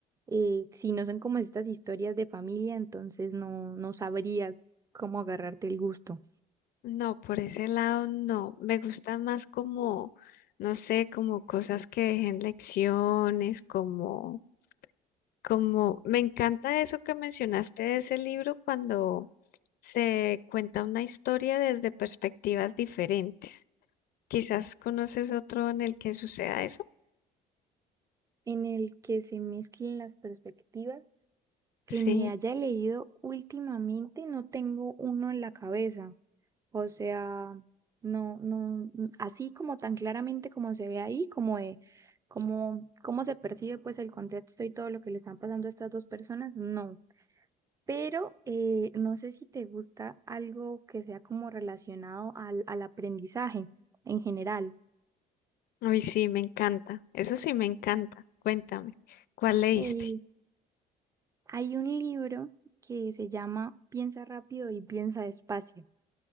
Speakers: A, on the right (about 20°); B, on the left (about 65°).
A: eh, si no son como estas historias de familia, entonces no, no sabría cómo agarrarte el gusto.
B: No, por ese lado no. Me gustan más como, no sé, como cosas que dejen lecciones, como, como, me encanta eso que mencionaste de ese libro cuando se cuenta una historia desde perspectivas diferentes. Quizás conoces otro en el que suceda eso.
A: En el que se mezclen las perspectivas que
B: Sí,
A: me haya leído últimamente, no tengo uno en la cabeza. O sea, no, no, n- así como tan claramente como se ve ahí, como de cómo, cómo se percibe pues el contexto y todo lo que le están pasando a estas dos personas, no. Pero eh, no sé si te gusta algo que sea como relacionado al, al aprendizaje en general.
B: ay, sí, me encanta. Eso sí me encanta. Cuéntame, ¿cuál leíste?
A: Eh, hay un libro que se llama Piensa rápido y piensa despacio.